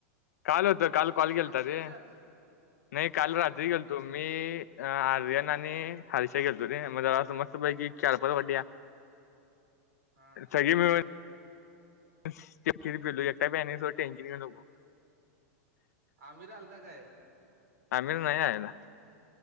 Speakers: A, on the left; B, on the right.
A: काल होत. काल कॉल केलता
B: आज गेलतास
A: रे नाही काल
B: हा
A: रात्री
B: हा
A: गेलतो मी आर्यन आणि हर्षा गेलतो रे म जरासं म स्त पैकी चार- पाच
B: हा
A: वाट्या
B: हा हा
A: सगळी मिळून <unintelligible> ते खीर पिलो एकटा प्यायला नाही सोड टेन्शन घेऊ नकोस.
B: अमित आलता काय?
A: आमिर नाही यायला